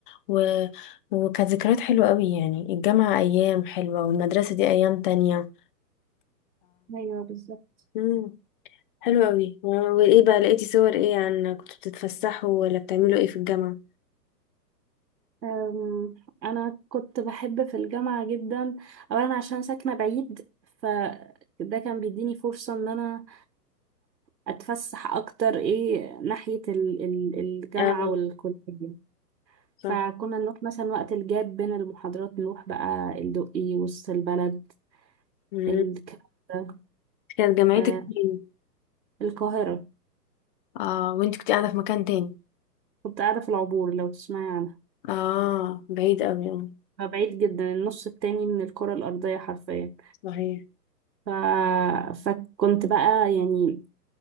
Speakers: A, on the left; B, on the right.
A: و... وكانت ذكريات حلوة قوي يعني الجامعة أيام حلوة والمدرسة دي أيام تانية
B: ايوه بالظبط
A: مم. حلو قوي وايه بقى لقيتي صور ايه عن كنتوا بتتفسحوا ولا بتعملوا ايه في الجامعة
B: أم، انا كنت بحب في الجامعه جدا اولا عشان ساكنه بعيد فده كان بيديني فرصه ان انا اتفسح اكتر ايه ناحيه ال- ال- الجامعه
A: اه
B: والكليه
A: صح
B: فكنا نروح مثلا وقت الجاب بين المحاضرات نروح بقى الدقي وسط البلد
A: مم.
B: الكلام ده
A: كانت جامعتك
B: آه
A: فين
B: القاهرة
A: اه وانت كنت قاعدة في مكان تاني
B: كنت قاعدة في العبور لو تسمعي عنها
A: اه بعيد قوي اه
B: فبعيد جدا النص التاني من الكرة الأرضية حرفيا
A: صحيح
B: ف... فكنت بقى يعني